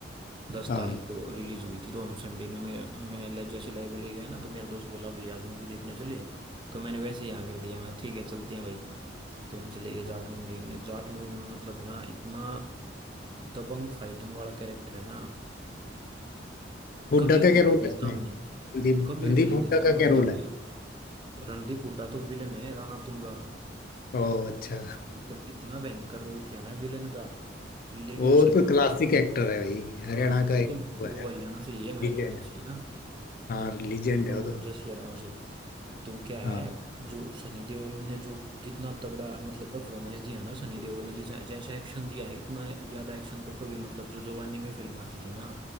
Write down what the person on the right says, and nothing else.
दस
तारीख को रिलीज हुई थी तो हम संडे ने मैं मैं ल- जैसे लाइब्रेरी गया ना तो मेरा दोस्त बोला भाई आज मूवी देखने चले तो मैंने वैसे ही हाँ कर दिया मैं ठीक है चलते हैं भाई तो मुझे ले गए जाट मूवी देखने जाट मूवी में मतलब है ना इतना दबंग फाइटिंग वाला कैरेक्टर है ना
कभी
भी
नहीं
देखा हमने
कभी
भी नहीं
देखा
मतलब
रणदीप हुड्डा तो विलन है राणा तुंगा
मतलब इतना भयंकर रोल किया ना विलन का
लेकिन
सं,
हाँ
वो
तो
वो
हरियाणा से ही है मैं
रोहतक से है ना
तो
जस या गांव से तो क्या है
जो सनी देओल ने जो जितना तगड़ा मतलब परफॉर्मेंस दिया ना सनी देओल ने जितना जैसा एक्शन दिया है इतना ज्यादा एक्शन तो कभी मतलब जो जवानी में फिल्म आती थी ना